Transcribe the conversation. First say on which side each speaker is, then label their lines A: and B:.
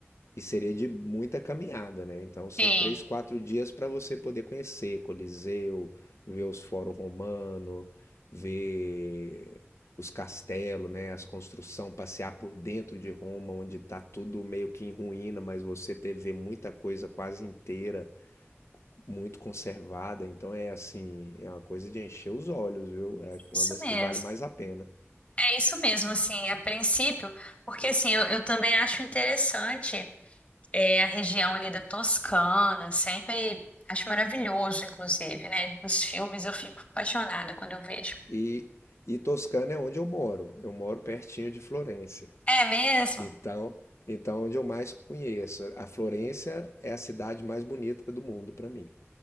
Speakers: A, on the left; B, on the left.
A: e seria de muita caminhada, né? Então são
B: Sim.
A: três, quatro dias para você poder conhecer Coliseu, ver os Fórum Romano, ver os castelos, né? As construções, passear por dentro de Roma, onde está tudo meio que em ruína, mas você ter, ver muita coisa quase inteira muito conservada, então é assim, é uma coisa de encher os olhos, viu? É
B: Isso
A: uma das
B: mesmo,
A: que vale mais a pena.
B: é isso mesmo, assim, a princípio, porque assim, eu, eu também acho interessante. É, a região ali da Toscana, sempre acho maravilhoso, inclusive, né? Nos filmes eu fico apaixonada quando eu vejo.
A: E, e Toscana é onde eu moro. Eu moro pertinho de Florença.
B: É mesmo?
A: Então, então é onde eu mais conheço. A Florença é a cidade mais bonita do mundo para mim,